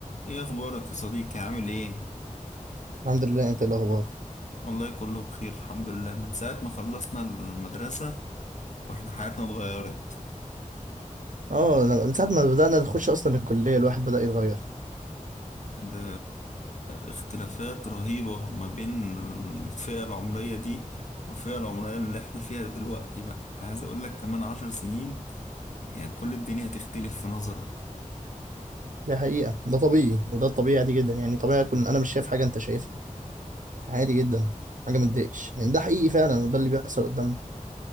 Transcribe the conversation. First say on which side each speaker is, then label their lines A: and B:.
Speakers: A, on the left; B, on the right.
A: ايه اخبارك يا صديقي عامل ايه
B: الحمد لله انت ايه الاخبار
A: والله كله بخير الحمد لله من ساعة ما خلصنا المدرسة واحنا حياتنا اتغيرت
B: اه لما- من ساعه ما بدانا نخش اصلا الكليه الواحد بدا يتغير
A: ده اختلافات رهيبة ما بين الفئة العمرية دي والفئة العمرية اللي احنا فيها دلوقتي بقى عايز اقول لك كمان عشر سنين يعني كل الدنيا هتختلف في نظرك
B: دي حقيقه ده طبيعي وده الطبيعي عادي جدا يعني طبيعي اكون انا مش شايف حاجه انت شايفها عادي جدا حاجه ما تضايقش يعني ده حقيقي فعلا وده اللي بيحصل قدامنا